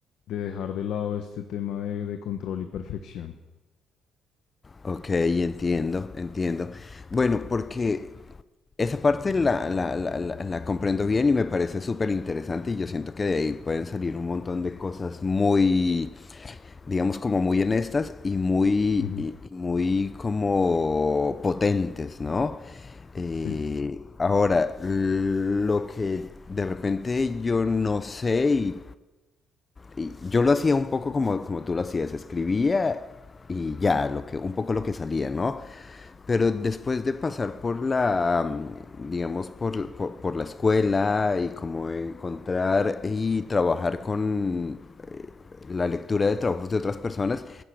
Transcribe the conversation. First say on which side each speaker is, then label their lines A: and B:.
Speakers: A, on the left (about 60°); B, on the left (about 20°).
A: de dejar de lado este tema de, de control y perfección.
B: Ok, entiendo, entiendo. Bueno, porque Esa parte la, la, la, la, la comprendo bien y me parece súper interesante y yo siento que de ahí pueden salir un montón de cosas muy, digamos, como muy honestas y muy,
A: Ujú.
B: y- y muy como potentes, ¿no? Eh,
A: Sí,
B: ahora, lo que de repente yo no sé y, y yo lo hacía un poco como, como tú lo hacías, escribía y ya, lo que, un poco lo que salía, ¿no? Pero después de pasar por la, mm, digamos, por, por- por la escuela y como encontrar y trabajar con eh, la lectura de trabajos de otras personas,